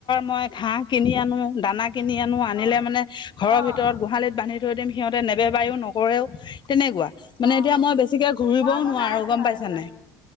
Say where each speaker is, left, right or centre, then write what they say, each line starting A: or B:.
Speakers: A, on the left; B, on the left.
A: মই ধ'ৰ কিনি আনো, দানা। কিনি আনো আনিলে
B: অ
A: মানে ঘৰৰ
B: অ
A: ভিতৰত গোহালিত বান্ধি থৈ দিম সিহঁতে নেবেবায়ও, নকৰেও। তেনেকুৱা মানে
B: অ
A: এতিয়া মই বেছিকে ঘূৰিবও
B: মই আকৌ
A: নোৱাৰো
B: নাই পোহা
A: গম পাইছা
B: এইবিলাক
A: নাই?